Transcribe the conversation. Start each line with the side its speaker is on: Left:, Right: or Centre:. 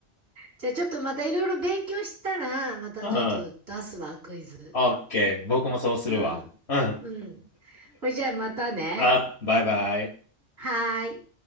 Right: じゃあちょっとまたいろいろ勉強したら、またちょっと出すわ、
Left: うん。
Right: クイズ。
Left: オッケー。僕もそうするわ。
Right: うん。
Left: うん。
Right: うん。これじゃあまたね。
Left: あバイバイ
Right: はーい。